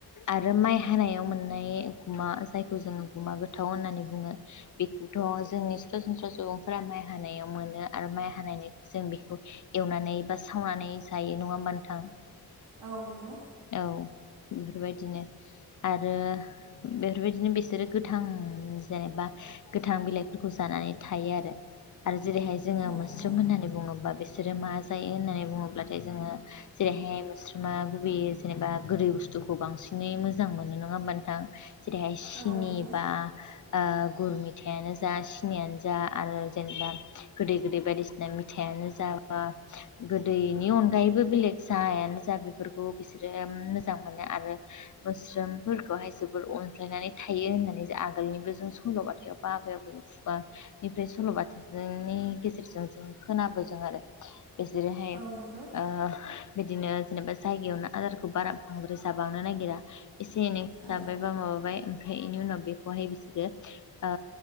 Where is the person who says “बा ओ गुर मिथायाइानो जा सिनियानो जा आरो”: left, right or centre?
Left